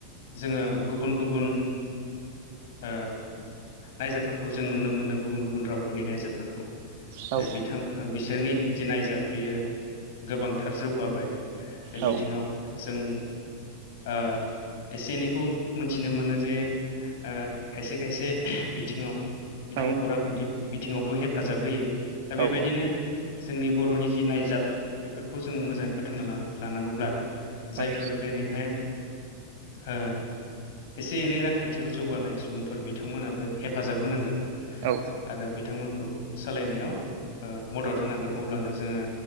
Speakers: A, on the left (about 55°); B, on the right (about 50°).
A: जोंङो गुबुन गुबुन ओ नायजाबफोरखौ जों नुनो मोनो गुबुन गुबुन रावफोरनि नायजाबफोरखौ।
B: औ
A: बिथां बिसोरनि जि नायजाब बियो गोबांथार जौगाबाय। बे
B: औ
A: बिथिंङाव जों ओ एसे एनैखौ मिथिनो मोनो जे ओ खायसे खायसे बिथिङाव बिथांमोनखौ
B: नंगौ
A: रांखान्थि बिथिंङावबो हेफाजाब होयो दा बेबायदिनो
B: औ
A: जोंनि बर'नि जि नायजाब बेफोरखौ जोंङो मोजाङै फोथांना लानांगौब्ला
B: औ
A: फोर दिनैहाय ओ एसे एनै रांखान्थियाव जौगानाय सुबुंफोर बिथांमोनाबो हेफाजाब होनांगोन
B: औ
A: आरो बिथांमोनखौ सालायनायाव ओ मदद होनांगोन अब्लानो जोङो